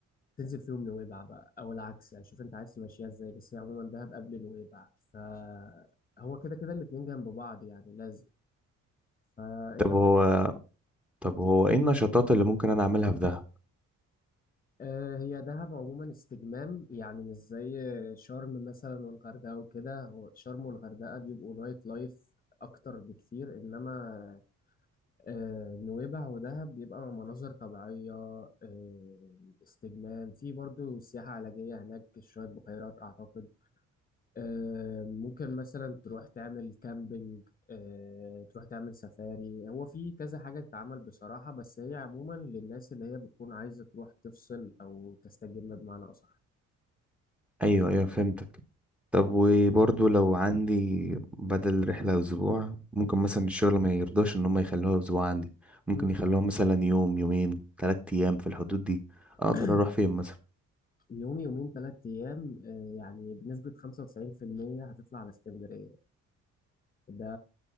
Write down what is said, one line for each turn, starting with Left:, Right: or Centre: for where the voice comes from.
Left: تنزل في يوم نويبع بقى او العكس يعني شوف انت عايز تمشيها ازاي بس هي عموما دهب قبل نويبع فهو كده كده الاتنين جنب بعض يعني لازم فانت
Centre: طب هو
Left: ممكن
Centre: طب هو ايه النشاطات اللي ممكن انا اعملها في دهب
Left: آه، هي دهب عموما استجمام يعني مش زي شرم مثلا والغردقه وكده هو شرم والغردقه بيبقوا نايت لايف اكتر بكتير انما آه، نويبع ودهب بيبقى مناظر طبيعيه آه، استجمام في برضو سياحه علاجيه هناك شويه بحيرات اعتقد آه، ممكن مثلا تروح تعمل كامبينج آه، تروح تعمل سفاري هو في كذا حاجة تتعمل بصراحة بس هي عموما للناس اللي هي بتكون عايزة تروح تفصل أو تستجم بمعنى أصح
Centre: ايوه ايوه فهمتك طب وبرضه لو عندي بدل رحله اسبوع ممكن مثلا الشغل ما يرضاش ان هم يخلوها اسبوع عندي ممكن
Left: مم.
Centre: يخلوها مثلا يوم يومين ثلاث ايام في الحدود دي اقدر
Left: <clears throat>
Centre: اروح فين مثلا
Left: يوم يومين تلات أيام آه، يعني بنسبة خمسة وتسعين في المية هتطلع على اسكندرية ده